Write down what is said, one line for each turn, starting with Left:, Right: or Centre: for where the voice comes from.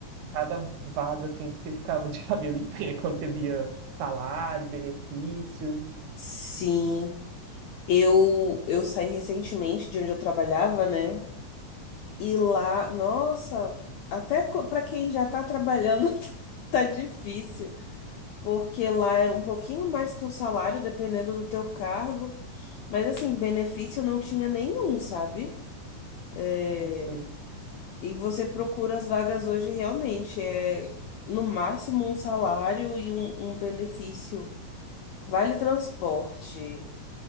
Right: cada vaga assim que você ficava de <laughs> cabelo em pé quando você via salário, benefício.
Left: Sim. Eu eu saí recentemente de onde eu trabalhava, né? E lá, nossa, até co- pra quem já tá trabalhando <laughs> tá difícil, porque lá era um pouquinho mais que um salário dependendo do teu cargo, mas assim, benefício não tinha nenhum, sabe? É.
Right: Nossa.
Left: E você procura as vagas hoje realmente, é no máximo um salário e um, um benefício. Vale transporte,